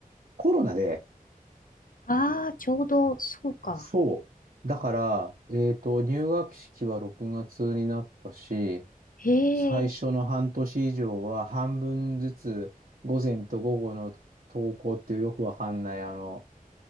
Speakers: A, on the right; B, on the left.
A: コロナで、
B: ああー、ちょうど、そうか。
A: そう。だから、えっと、入学式は6月になったし、
B: へえ。
A: 最初の半年以上は半分ずつ、午前と午後の登校っていうよくわかんない、あの、